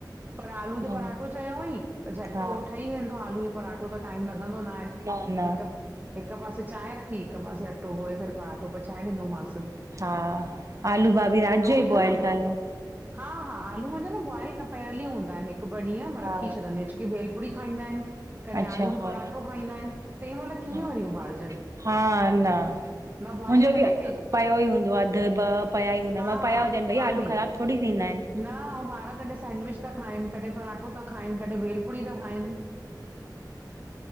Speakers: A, on the right; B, on the right.
A: पर आलू जो
B: हा
A: पराठो चयोईं त झटि
B: हा
A: उहो ठही वेंदो आलू जो पराठो त टाइम लॻंदो न आ।
B: ह न --
A: हिक हिक पासे चांहि रखी हिकु पासे अटो ॻोए करे पराटो पचाए ॾिनोमांस।
B: हा आलू भाभी रात जोई
A: बि आहे
B: बॉइल
A: न
B: कयो?
A: हा हा, आलूं त पहिरीं ई बॉयल कयल हूंदा आहिन, हिक बर्तन में
B: हा
A: रखी छॾी छुके वेल -- पूड़ी खाईंदा आहिन। कॾहिं
B: अच्छा
A: आलू जो
B: हा
A: पराठो खाईंदा आहिन तंहिं महिल कीअं
B: हा
A: वारियूं बारिजन।
B: हा न
A: मां बॉइल
B: मुंहिंजो बि
A: करे ट --
B: पयो ई हूंदो आहे अधु ॿ पिया ई हूंदा आहिन म
A: हा
B: पिया हुजन भई
A: मां
B: आलू
A: बि
B: ख़राब थोरी थींदा आहिन।
A: न आऊं ॿार कॾहिं सेंंडविच था खाइन, कॾहिं पराठो था खाइन, कॾहिं भेलपूरी था खाइन।
B: <inaudible>